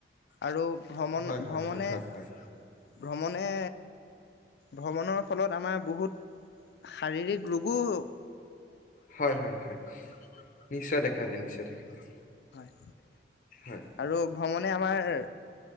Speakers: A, on the left; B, on the left.
A: আৰু ভ্ৰমণ
B: হয় হয়
A: ভ্ৰমণে-ভ্ৰমণে
B: হয় হয় হয়
A: ভ্ৰমণৰ ফলত আমাৰ বহুত শাৰীৰিক ৰোগোও
B: হয় হয় হয় নিশ্চয় দেখা যায় নিশ্চয় দেখা যায়।
A: উ।
B: হয়
A: আৰু ভ্ৰমণে আমাৰ